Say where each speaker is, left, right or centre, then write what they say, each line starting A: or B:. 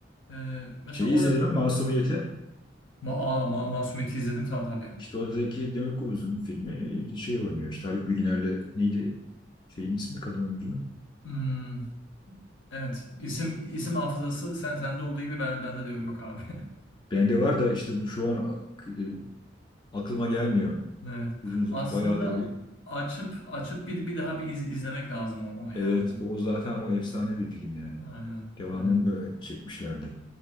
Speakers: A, on the left; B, on the left.
A: E, mesela
B: Şeyi
A: o
B: izledim
A: da
B: ya Masumiyet'i.
A: ma aa, ma Masumiyet'i izledim ta tabii.
B: İşte o Zeki Demirkubuz'un filmi şey oynuyor işte Haluk Bilginer'le neydi şeyin ismi kadın oyuncunun.
A: Hmm, evet. İsim isim hafızası sen sende olduğu gibi ben bende de yok abi. <laughs>
B: Bende var da işte bu şu an e, aklıma gelmiyor.
A: Evet.
B: Uzun uz-
A: Aslında
B: bayağıdır
A: açıp açıp bir bir daha bir iz- izlemek lazım o- onu ya.
B: Evet, o zaten o efsane bir film yani.
A: Aynen,
B: Devamını
A: aynen,
B: böyle çekmişlerdi.